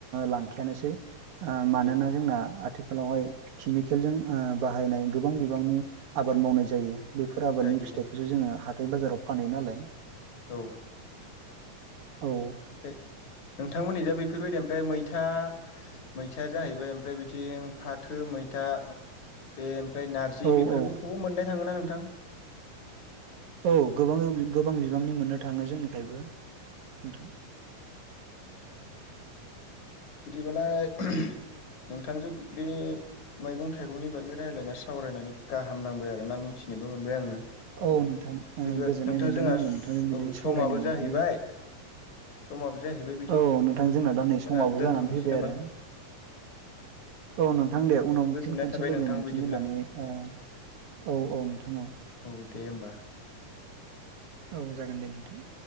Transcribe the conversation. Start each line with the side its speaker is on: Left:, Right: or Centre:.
Right: लांखायानोसै
Left: औ
Right: मानोना जोंना आथिखालावहाय केमिकेलजों बाहायनाय गोबां बिबांनि आबाद मावनाय जा यो बैफोर आबादनि
Left: जायो
Right: फिथाइखौसो
Left: जायो
Right: जोङो हाथाय बाजाराव फानै नालाय
Left: औ
Right: औ
Left: ओमफ्राय नोंथांमोननि दा बेफोरबायदि ओमफ्राय मैथा मैथाया जाहैबाय ओमफ्राय बिथिं फाथो मैथा बे ओमफ्राय नारजि
Right: औ
Left: बेफोरखौबो
Right: औ
Left: मोननाय थाङोना नोंथां
Right: औ गोबां गोबां बिबांनि मोननो थाङो जोंनिखायबो नोंथां
Left: बिदिब्लालाय नोंथांजो बे मैगं थाइगंनि बागै रायलायना सावरायनानै गाहाम नांबाय आरोना मिथिनोबो मोनबाय आङो
Right: औ नोंथां ओ
Left: बि
Right: गोजोननाय
Left: नोंथां
Right: मोनदों
Left: जोंहा
Right: आंबो
Left: औ स
Right: नोंथांजों बिदि सावरायनो
Left: समाबो
Right: मोननानै
Left: जाहैबाय समाबो जाहैबाय
Right: औ नोंथां जोंना दा नै
Left: जोंहा
Right: समावबो
Left: दोनथ'नोसै
Right: जानानै फैबाय
Left: नामा
Right: आरो औ नोंथां दे उनाव
Left: गोजोननाय
Right: फिन खनसे
Left: थाबाय
Right: लोगो
Left: नोंथां
Right: मोनफिनगोननानै
Left: बिदिब्ला
Right: ओ औ औ नोंथां औ
Left: दे ओमबा
Right: औ जागोन दे नोंथां